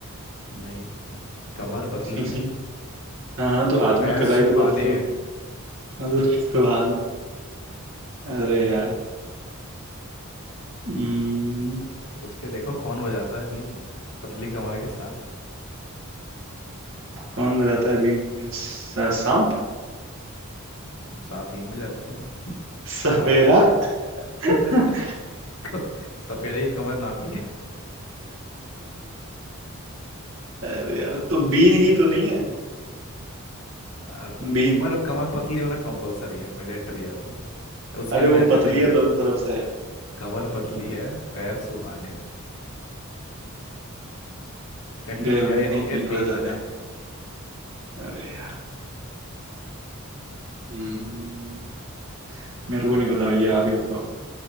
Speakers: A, on the left; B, on the right.
A: नहीं जी कमर पतली
B: <laughs>
A: है
B: हाँ हाँ तो हाथ
A: पैर
B: में कलाई
A: सुहाने
B: तो पतली
A: हैं
B: मतलब सुहाना अरे यार हम्म,
A: सोच के देखो कौन बजाता है बीन पतली कमर के साथ
B: कौन बजाता है बीन सांप
A: सांप बीन में जाता है क्या
B: सफेरा
A: बात। <laughs>
B: <laughs>
A: क- सपेरे की कमर नापी
B: अरे यार तो बीन ही तो नहीं है
A: और
B: बीन
A: कमर कमर पतली होना कंपलसरी है मैंडेटरी है वो उसके
B: अरे
A: बिना
B: वो
A: एंट्री
B: पतली
A: नहीं मिलेगी
B: है दोनों तरफ से है
A: कमर पतली
B: अरे,
A: है पैर सुहाने कहीं
B: गए होंगे
A: गए
B: कहीं
A: होंगे
B: पीर
A: बीन
B: बजाने
A: बजाने
B: अरे यार हम्म मेरे को नहीं पता भैया आप ही बताओ